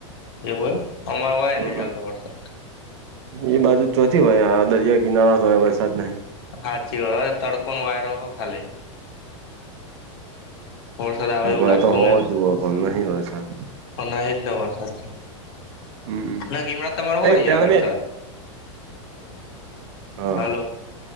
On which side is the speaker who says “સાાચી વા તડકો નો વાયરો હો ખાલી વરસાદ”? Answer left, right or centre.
Left